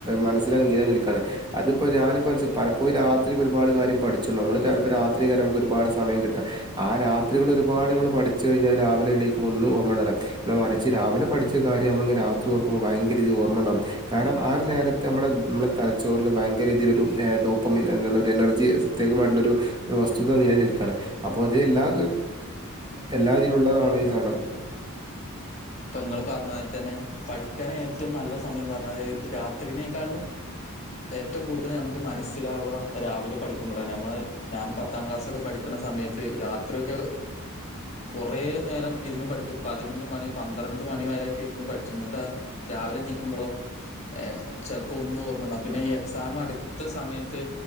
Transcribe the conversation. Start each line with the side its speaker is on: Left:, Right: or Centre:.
Right: മനസ്സില നിലനിൽക്കാണ് അതിപ്പോ ഞാനിപ്പോ പലപ്പോയും രാത്രി ഒരുപാട് കാര്യം പഠിച്ചു നമ്മള്പ്പോ രാത്രി കാലം നമുക്ക് ഒരുപാട് സമയം കിട്ടാം ആ രാത്രികൾ ഒരുപാട് നമ്മൾ പഠിച്ച് കഴിഞ്ഞാൽ രാവിലെ എണീകുമ്പോ ഒന്നും ഓർയണ്ടല്ല എന്നാ മറിച്ച് രാവിലെ പഠിച്ച കാര്യം നമ്മ രാത്രി ഓർക്കുമ്പോ ഭയങ്കരിതി ഓർയുണ്ടാവും കാരണം ആ ഒരു നേരത്തെ നമ്മളെ നമ്മുടെ തലച്ചോറിൽ ഭയങ്കരീതിലൊരു ഡോപ്പമിൻ ഒരു എനർജി പ്രത്യേകമായിട്ടുള്ള ഒരു ഒരു വസ്തുത നിലനിൽക്കയാണ് അപ്പൊ അത് എല്ലാ എല്ലാതിലുള്ളതാണ് ഈ സാനം
Left: ഇപ്പൊ ഇങ്ങള് പറഞ്ഞതിരി തന്നെ പഠിക്കാൻ ഏറ്റവും നല്ല സമയം പറഞ്ഞത് രാത്രിനേക്കാളിലും ഏറ്റവും കൂടുതൽ നമുക്ക് മനസ്സിലാവുക രാവിലെ പഠിക്കുമ്പോളന്ന നമ്മൾ ഞാൻ പത്താം ക്ലാസ്സൊക്കെ പഠിക്കണ സമയത്ത് രാ ത്രിയൊക്കെ കുറേ നേരം ഇരുന്ന് പഠിക്കും പതിനൊന്ന് മണി പന്ത്രണ്ട് മണി വരൊക്കെ ഇരുന്നു പഠിച്ചു എന്നിട്ട് രാവിലെണിക്കുമ്പോളോ ഏഹ് ചിലപ്പോ ഒന്നും ഓർമ്മണ്ട പിന്ന എ എക്സാം അടുത്ത സമയത്ത്